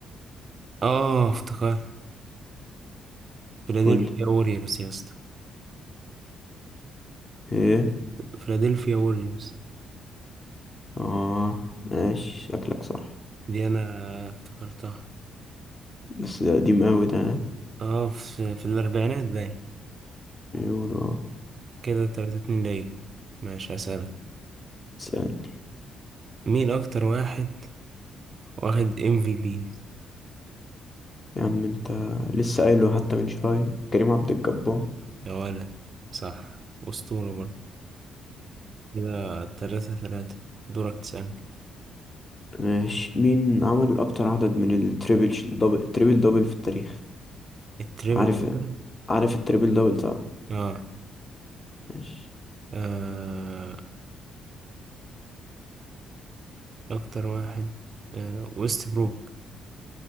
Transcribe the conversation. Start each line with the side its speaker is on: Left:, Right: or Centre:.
Right: اه افتكرت فيلادلفيا
Left: قولي
Right: ووريرز يا اسطى
Left: ايه
Right: فيلادلفيا ووريرز
Left: اه ماشي شكلك صح
Right: دي انا افتكرتها
Left: بس ده قديم أوي ده ها؟
Right: اه في, في الأربعينات باين
Left: يورو
Right: كده تلاتة اتنين ليا ماشي هسألك
Left: اسألني
Right: مين أكتر واحد واخد ام في بي
Left: يا عم انت لسه قايله حتى من شوية كريم عبد الجبار
Right: يا ولد صح أسطورة برضه كده تلاتة تلاتة دورك تسألني
Left: ماشي مين عمل أكتر عدد من التريبل ش- دبل تريبل دبل في التاريخ
Right: التريبل
Left: عارف
Right: دبل؟
Left: عارف التريبل دبل طبعا
Right: اه,
Left: ماشي
Right: آه أكتر واحد آه ويست بروك